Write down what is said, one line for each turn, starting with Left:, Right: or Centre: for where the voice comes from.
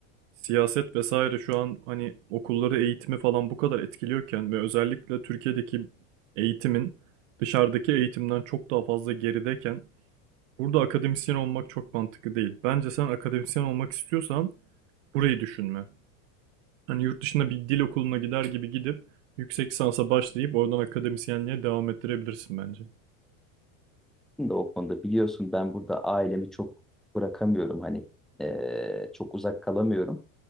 Right: siyaset vesaire şu an hani okulları eğitimi falan bu kadar etkiliyorken ve özellikle Türkiye'deki eğitimin dışarıdaki eğitimden çok daha fazla gerideyken burada akademisyen olmak çok mantıklı değil. Bence sen akademisyen olmak istiyorsan burayı düşünme. Hani yurt dışında bir dil okuluna gider gibi gidip yüksek lisansa başlayıp oradan akademisyenliğe devam ettirebilirsin bence.
Centre: da o konuda biliyorsun ben burada ailemi çok bırakamıyorum hani Ee, çok uzak kalamıyorum.